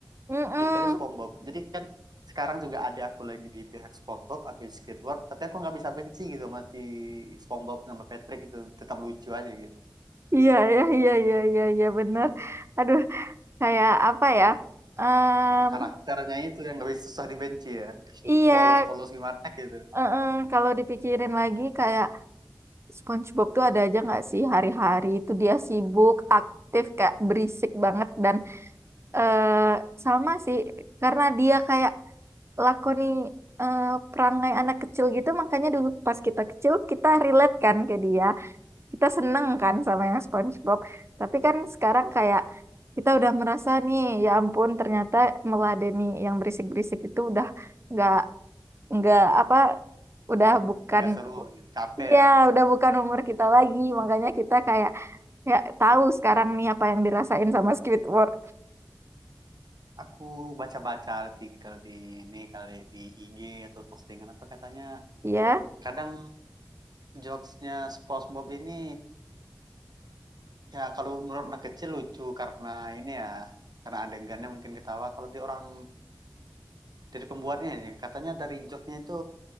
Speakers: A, on the right; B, on the right.
A: Mm-mm.
B: Kita aja SpongeBob. Jadi kan sekarang juga ada aku lagi di pihak SpongeBob, aku di Squidward, tapi aku nggak bisa benci gitu masih SpongeBob sama Patrick itu tetap lucu aja gitu.
A: Iya, iya, iya, iya, iya, iya, bener. Aduh, kayak apa ya? Em,
B: Karakternya itu yang nggak bisa susah dibenci ya.
A: iya,
B: Polos-polos gimana gitu.
A: eh, kalau dipikirin lagi kayak SpongeBob tuh ada aja nggak sih hari-hari itu dia sibuk, aktif, kayak berisik banget dan eh sama sih karena dia kayak lakoni eh, perangai anak kecil gitu makanya dulu pas kita kecil kita relate kan ke dia kita seneng
B: Iya.
A: kan sama yang SpongeBob tapi kan sekarang kayak kita udah merasa nih ya ampun ternyata meladeni yang berisik-berisik itu udah nggak nggak apa udah bukan
B: Nggak seru, capek
A: Iya,
B: ya.
A: udah bukan umur kita lagi, makanya kita kayak ya tahu sekarang nih apa yang dirasain sama Squidward.
B: Aku baca-baca artikel di ini kali di IG atau postingan apa katanya
A: Iya,
B: kadang jokesnya SpongeBob ini ya kalau menurut anak kecil lucu karena ini ya karena adegannya mungkin ketawa kalau di orang dari pembuatnya ini katanya dari jokesnya itu